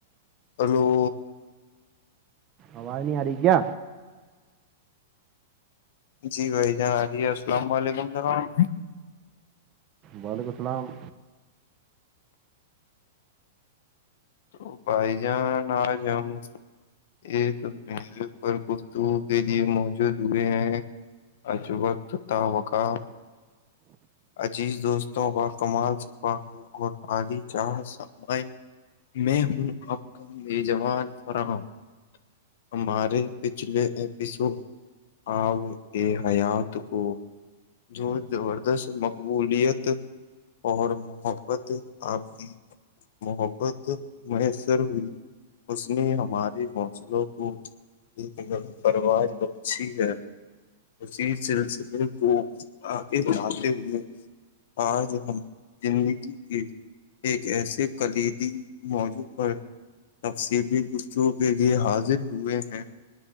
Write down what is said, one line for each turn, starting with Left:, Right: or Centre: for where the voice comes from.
Left: ہلو
Right: آواز نہیں آ رہی کیا
Left: جی بھائی جنا رہیے السلام علیکم سلام
Right: بعل کوتناام
Left: تو بھائی جان آج ہم ایک مے پر گفتگو کے لیے موجود ہوئے ہیں اج وقت تعوقع عزیز دوستوں کا کمال صفا اور علی چاہ سامائ میں ہوں آپ کا نیجوان فراہم ہمارے پچھلے ایپیسوڈ آگ کے حیات کو جوڑ مقبولیت اور محبت آپنی محبت میسر ہوئی اس نے ہمارے حوصلوں کو لیکن پروج بہ اچچھی ہے اسی سلسلے کو آگے بھاتے ہوئے آج ہم زندگی کے ایک ایسے کلیدی موجوع پر تفصیلی گسوں کے لیے حاضر ہوئے ہیں